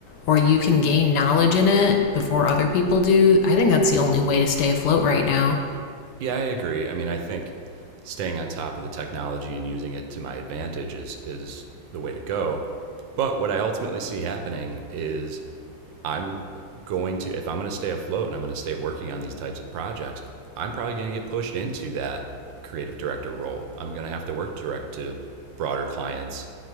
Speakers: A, on the left; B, on the right.
A: or you can gain knowledge in it before other people do, I think that's the only way to stay afloat right now.
B: Yeah, I agree. I mean, I think staying on top of the technology and using it to my advantage is is the way to go. But what I ultimately see happening is I'm going to if I'm going to stay afloat and I'm going to stay working on these types of projects, I'm probably going to get pushed into that creative director role. I'm going to have to work direct to broader clients